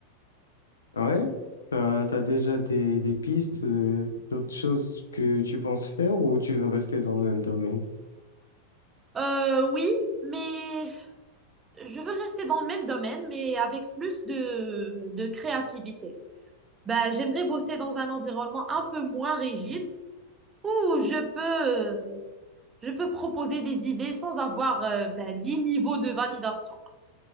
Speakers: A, on the left; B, on the right.
A: Ah Ouais? T'as, t'as déjà des, des pistes, euh, d'autres choses que tu penses faire ou tu veux rester dans le même domaine?
B: Euh, oui, mais je veux rester dans le même domaine, mais avec plus de, de créativité. Ben, j'aimerais bosser dans un environnement un peu moins rigide où je peux, euh, je peux proposer des idées sans avoir, euh, ben, 10 niveaux de validation.